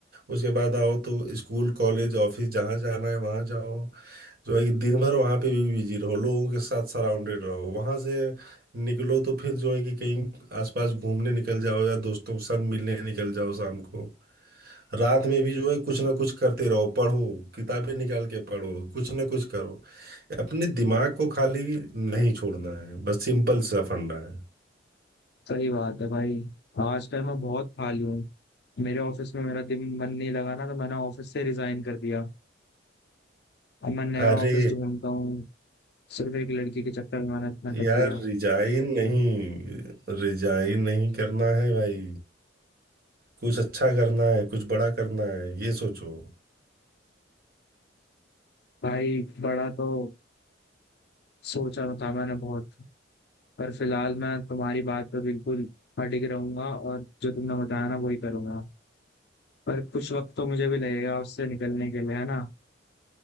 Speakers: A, on the right; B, on the left.
A: उसके बाद आओ तो स्कूल कॉलेज ऑफिस जहाँ जाना है वहाँ जाओ जो है कि दिन भर वहाँ पे भी बिजी रहो लोगों के साथ सराउंडेड रहो वहाँ से निकलो तो फिर जो है कि कहीं आसपास घूमने निकल जाओ या दोस्तों के साथ मिलने निकल जाओ शाम को रात में भी जो है कुछ ना कुछ करते रहो पढ़ो किताबें निकाल के पढ़ो कुछ ना कुछ करो अपने दिमाग को खाली नहीं छोड़ना है बस सिंपल सा फंडा है
B: सही बात है भाई आज टाइम मैं बहुत खाली हूँ मेरे ऑफिस में मेरा दिन मन नहीं लगा ना तो मैंने ऑफिस से रिजाइन कर दिया अब मैं नया
A: अरे
B: ऑफिस ढूंढता हूँ सिर्फ एक लड़की के चक्कर में मैंने इतना कर
A: यार
B: दिया
A: रिजाइन नहीं रिजाइन नहीं करना है भाई कुछ अच्छा करना है कुछ बड़ा करना है ये सोचो
B: भाई बड़ा तो सोचा था मैंने बहुत पर फिलहाल मैं तुम्हारी बात पर बिल्कुल अडिग रहूंगा और जो तुमने बताया ना वही करूंगा पर कुछ वक्त तो मुझे भी लगेगा उससे निकलने के लिए है ना